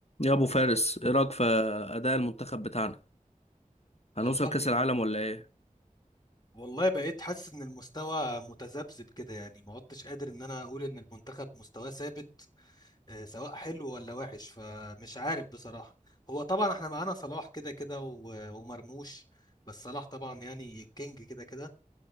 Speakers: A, on the left; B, on the left.
A: يا ابو فارس ايه رايك في اداء المنتخب بتاعنا هنوصل
B: والله
A: كاس العالم ولا ايه
B: والله بقيت حاسس ان المستوى متذبذب كده يعني ما عدتش قادر ان انا اقول ان المنتخب مستواه ثابت آه، سواء حلو ولا وحش فمش عارف بصراحة هو طبعا احنا معانا صلاح كده كده و- ومرموش بس صلاح طبعا يعني الكينج كده كده